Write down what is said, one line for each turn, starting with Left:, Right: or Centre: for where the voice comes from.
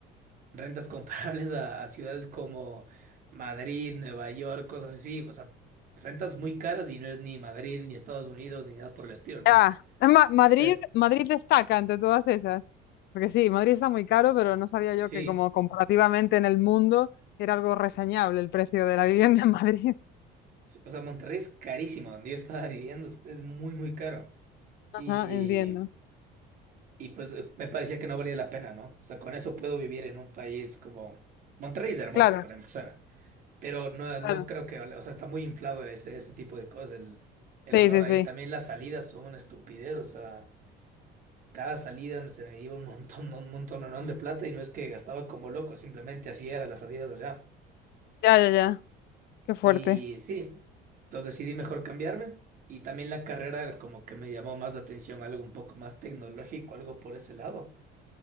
Right: rentas <laughs> comparables a, a ciudades como Madrid, Nueva York, cosas así, o sea, rentas muy caras y no es ni Madrid, ni Estados Unidos, ni nada por el estilo, ¿no?
Left: Ya, ma- Madrid,
Right: Entonces,
Left: Madrid destaca entre todas esas. Porque sí, Madrid está muy caro, pero no sabía yo
Right: sí,
Left: que como comparativamente en el mundo era algo reseñable el precio de la vivienda en Madrid.
Right: sí, o sea, Monterrey es carísimo, donde yo estaba <laughs> viviendo es es muy, muy caro
Left: Ajá,
Right: y,
Left: <laughs> entiendo.
Right: y pues eh, me parecía que no valía la pena, ¿no? O sea, con eso puedo vivir en un país como... Monterrey es hermoso
Left: Claro,
Right: para empezar. Pero no,
Left: claro.
Right: no creo que, vale, o sea, está muy inflado ese, ese tipo de cosas, el, el
Left: Sí,
Right: valor
Left: sí,
Right: ahí.
Left: sí.
Right: También las salidas son una estupidez, o sea, cada salida me se me iba un <laughs> montón, un montón de plata y no es que gastaba como loco, simplemente así eran las salidas allá.
Left: Ya, ya, ya. Qué fuerte.
Right: Y sí, entonces decidí mejor cambiarme y también la carrera como que me llamó más la atención, algo un poco más tecnológico, algo por ese lado,